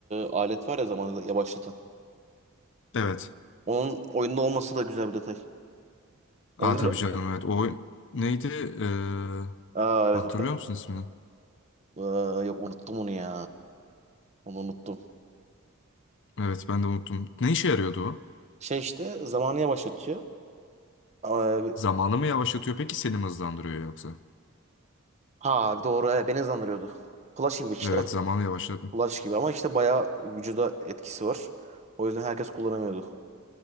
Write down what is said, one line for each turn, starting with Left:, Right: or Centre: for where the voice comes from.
Right: alet var ya zamanı yavaşlatan.
Left: Evet.
Right: Onun oyunda olması da güzel bir detay. Oyunları...
Left: Aa tabii canım evet. O neydi? Ee,
Right: Aa, evet,
Left: hatırlıyor
Right: ben-
Left: musun ismini?
Right: Aa, yok unuttum onu ya. Onu unuttum.
Left: Evet ben de unuttum. Ne işe yarıyordu o?
Right: Şey işte zamanı yavaşlatıyor. Aa,
Left: Zamanı mı yavaşlatıyor peki seni mi hızlandırıyor yoksa?
Right: ha doğru evet, beni hızlandırıyordu. Flash gibi işte.
Left: Evet zamanı yavaşlatıyor.
Right: Flash gibi ama işte bayağı vücuda etkisi var. O yüzden herkes kullanamıyordu.